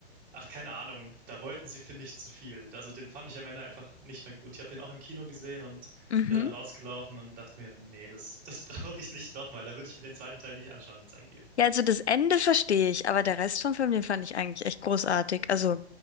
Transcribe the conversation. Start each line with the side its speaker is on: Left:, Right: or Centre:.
Right: Ach, keine Ahnung. Da wollten sie, finde ich, zu viel. Also den fand ich am Ende einfach nicht mehr gut. Ich habe den auch im Kino gesehen und
Left: Mhm.
Right: bin dann rausgelaufen und dachte mir, nee, das, das <laughs> brauche ich nicht nochmal. Da würde ich mir den zweiten Teil nicht anschauen, wenn es einen gibt.
Left: Ja, also das Ende verstehe ich, aber der Rest vom Film, den fand ich eigentlich echt großartig. Also